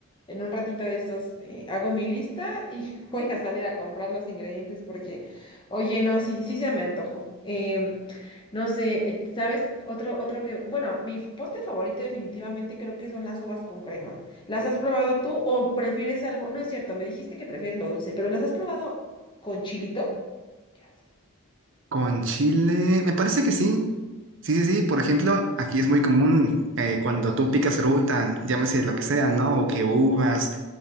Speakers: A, on the left (about 20°); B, on the right (about 60°).
A: en un ratito de estos eh, hago mi lista y <laughs> voy a salir a comprar los ingredientes porque, oye, no, sí, sí se me antojó. Em, no sé, eh, ¿sabes? Otro, otro que, bueno, mi f- postre favorito definitivamente creo que son las uvas con crema. ¿Las has probado tú o prefieres algo? No es cierto, me dijiste que prefieres lo dulce, pero ¿las has probado con chilito? Ya.
B: Con chile, me parece que sí, Sí, sí, sí. Por ejemplo, aquí es muy común eh, cuando tú picas fruta, llámese lo que sea, ¿no? O que uvas,